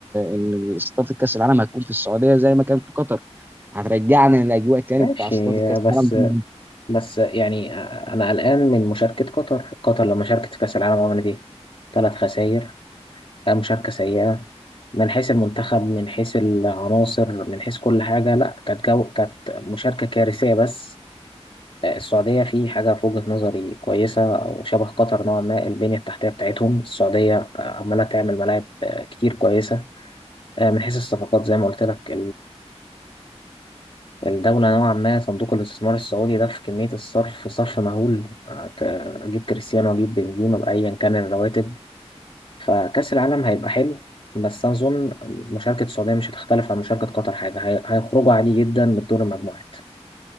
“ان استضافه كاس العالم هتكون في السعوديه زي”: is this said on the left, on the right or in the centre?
Right